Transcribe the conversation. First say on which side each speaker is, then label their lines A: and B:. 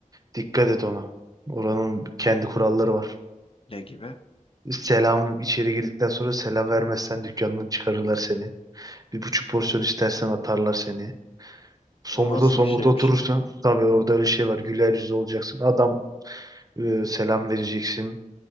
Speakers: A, on the right; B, on the left.
A: Dikkat et ona. Oranın kendi kuralları var.
B: Ne gibi?
A: Selam içeri girdikten sonra selam vermezsen dükkandan çıkarırlar seni. Bir buçuk porsiyon istersen atarlar seni. Somurda
B: O nasıl
A: somurda
B: bir şeymiş
A: oturursan
B: ya?
A: tabii orada öyle şey var. Güler yüzlü olacaksın. Adam e, selam vereceksin.